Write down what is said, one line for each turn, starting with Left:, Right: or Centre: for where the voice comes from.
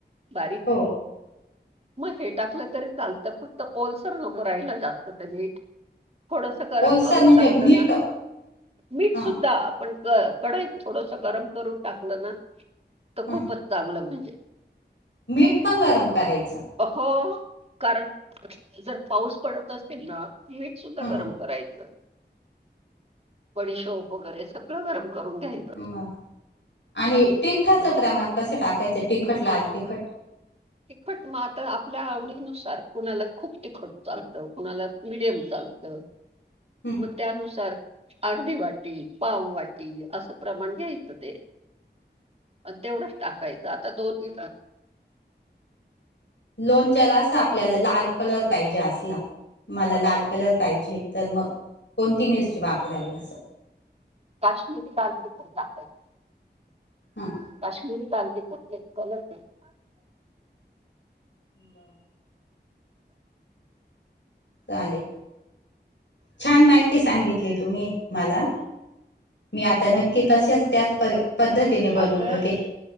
Right: बारीक
Left: हो
Right: मग हे टाकल तरी चालत. फक्त ओलसर नको राहिला जास्त ते मीट. थोडस गरम
Left: ओलसर
Right: करून
Left: म्हणजे
Right: टाकल
Left: मीठ
Right: ना, मीठ
Left: हा
Right: सुद्धा आपण कढईत थोडस गरम करून टाकल ना, तर
Left: हा
Right: खूपच चांगल म्हणजे
Left: मीठ पण गरम करायच.
Right: हो, कारण जर पाऊस पडत असेल ना मीठ सुद्धा
Left: हं हं
Right: गरम करायच. बडीशोप वगैरे सगळ गरम करून घ्यायच.
Left: म आणि तिखटाच
Right: म्हणजे
Left: प्रमाण कस टाकायच. तिखट लाल तिखट.
Right: तिखट मग आता आपल्या आवडीनुसार. कुणाला खूप तिखट चालत कुणाला मिडियम चालत.
Left: हं
Right: म त्यानुसार अर्धी वाटी, पाव वाटी अस प्रमाण घ्यायच ते. आणि तेवढच टाकायच. आता दोन दि
Left: लोणच्याला अस आपल्याला लाल कलर पाहिजे असला मला लाल कलर पाहिजे, तर मग कोणती मिरची वापरावी अस.
Right: काश्मिरी लाल तिखट टाकायच.
Left: हं
Right: काश्मिरी लाल तिखट ने कलर
Left: बा चालेल, छान माहिती सांगितली तुम्ही मला. मी आता नक्की तसेच, त्याच पद्धतीने बनून
Right: अगं
Left: बघेल.